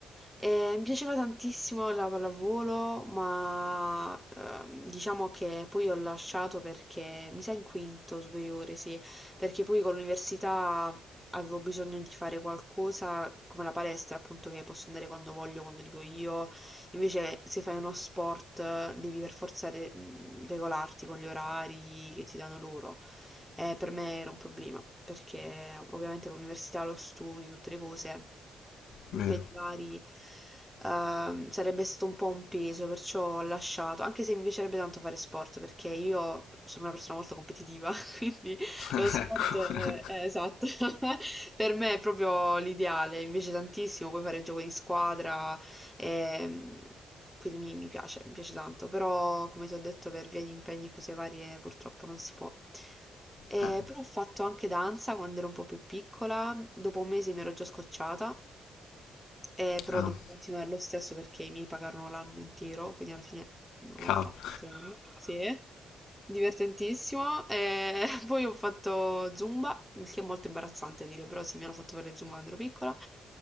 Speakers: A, in the centre; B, on the left (about 80°).
A: E mi piaceva tantissimo la pallavolo, ma ehm, diciamo che poi ho lasciato perché, mi sa in quinto superiore, sì, perché poi con l'università avevo bisogno di fare qualcosa come la palestra, appunto, che posso andare quando voglio, quando dico io. Invece, se fai uno sport, devi per forza re- regolarti con gli orari che ti danno loro. Eh, per me era un problema, perché ovviamente con l'università, lo studio, tutte le cose, impegni
B: Vero.
A: vari, ehm, sarebbe stato un po' un peso, perciò ho lasciato, anche se mi piacerebbe tanto fare sport, perché io sono una persona molto competitiva, <laughs> quindi
B: <laughs>
A: lo sport
B: Ecco.
A: è,
B: <laughs>
A: è esatto, <laughs> per me è proprio l'ideale, invece tantissimo, puoi fare gioco di squadra, e, quindi mi, mi piace, mi piace tanto, però come ti ho detto per via di impegni e cose varie purtroppo non si può. Eh,
B: Ah,
A: però ho fatto anche danza quando ero un po' più piccola, dopo un mese mi ero già scocciata e però
B: ah,
A: ho dovuto continuare lo stesso perché i miei pagarono l'anno intero, quindi alla fine ho
B: cavolo.
A: fatto tutto l'anno. Sì, divertentissimo. E <laughs> poi ho fatto Zumba, il che è molto imbarazzante a dire, però sì, mi hanno fatto fare Zumba quando ero piccola.